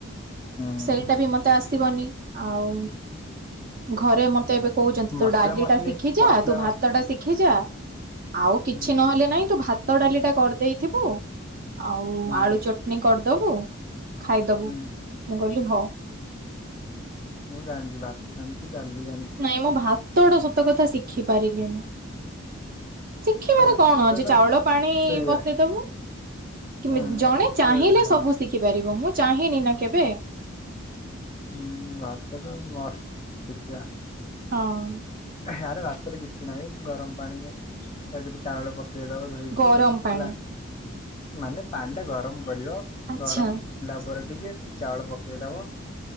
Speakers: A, on the left; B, on the right.
A: ହୁଁ
B: ସେଇଟା ବି ମତେ ଆସିବନି, ଆଉ ଘରେ ମ ତେ ଏବେ କହୁଛନ୍ତି
A: ମସଲା
B: ତୁ ଡାଲିଟା
A: ମସଲି
B: ଶିଖିଯା
A: ମସଲା
B: ତୁ ଭାତଟା
A: ମସଲି
B: ଶିଖିଯା ଆଉ କିଛି
A: ହୁଁ
B: ନହେଲେ ନାଇଁ ତୁ ଭା ଭାତ ଡାଲିଟା କରିଦେଇଥିବୁ ଆଉ
A: ହୁଁ
B: ଆଳୁ ଚଟନି କରଦବୁ ଖାଇଦବୁ,
A: ହୁଁ
B: ମୁଁ କହିଲି ହଉ।
A: ମୁଁ ଜାଣଚି ଭାତ ଜାଣିଛି, ଡାଲି ଜାଣି
B: ନାଇଁ ମୁଁ ଭାତଟା ସତ କଥା ଶିଖି ପାରିଲିନି। ଶିଖିବାରେ
A: ଭାତ
B: କଣ ଅଛି
A: ଟା
B: ଚାଉଳ ପାଣି
A: ସେଇଆ
B: ବସେଇଦବୁ। କେମି
A: ହୁଁ
B: ଜଣେ
A: ଆଉ ଶିଖିବ
B: ଚାହିଁଲେ
A: ଏଥିରେ କଣ
B: ସବୁ ଶିଖିପାରିବ ମୁଁ ଚାହିଁନି ନା କେବେ।
A: ଉଁ ଭାତଟା ମଷ୍ଟ ଶିଖିିଆ।
B: ହଁ।
A: ଆରେ ଭାତରେ କିଛି ନାହିଁ ଗରମ ପାଣି <unintelligible> ଚାଉଳ ପକେଇଦବ ଧୋଇକି
B: ଗରମ
A: ହେଲା
B: ପାଣି।
A: ମାନେ ପାଣିଟା ଗରମ କରିବ
B: ଆଚ୍ଛା।
A: ଗରମ ଫୁଟିଲା ପରେ ଟିକେ ଚାଉଳ ପକେଇଦବ,